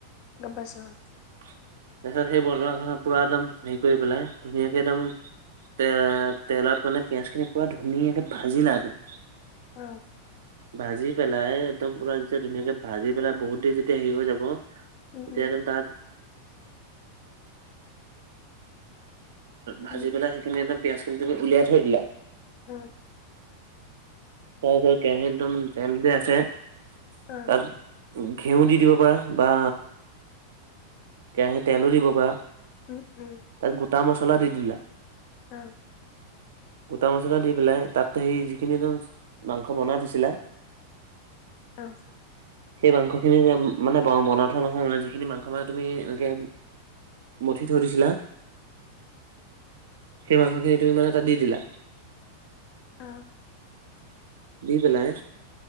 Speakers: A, on the left; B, on the right.
A: গম পাইছো অঁ।
B: তাৰপিছত সেই বৰোৱাখ পুৰা একদম হেৰি কৰি পেলাই, ধুনীয়াকে একদম তে তেলত মানে পিয়ঁয়াজ খিনি পুৰা ধুনীয়াকে ভাজিলা একদম
A: উম
B: ভাজি পেলাই একদম পুৰা যেতিয়া ধুনীয়াকে ভাজি পেলাই বহুত দেৰি যেতিয়া হেৰি হৈ যাব। এতিয়াতো
A: উম, উম,
B: তাত ভাজি
A: উম,
B: পেলাই সেইখিনিদম পিয়াজখিনি তুমি উলিয়াই থৈ দিলা
A: উম।
B: তাৰপিছত কেৰাহীত একদম তেল যে আছে
A: অ'।
B: তাত ঘিঁউ দি দিব পাৰা বা কেৰাহী তেলো দিব পাৰা
A: ওম ওম
B: তাত গোটা মছলা দি দিলা
A: অ
B: গোটা মছলা দি পেলাই তাত সেই যিখিনি দম মাংস বনাই থৈছিলা
A: অ
B: সেই মাংসখিনি মানে ব বনাই থোৱা <unintelligible> মানে যিখিনি মাংস মানে তুমি এনেকে মঠি থৈ দিছিলা সেই মাংস খিনি তুমি মানে তাত দি দিলা
A: অঁ
B: দি পেলাই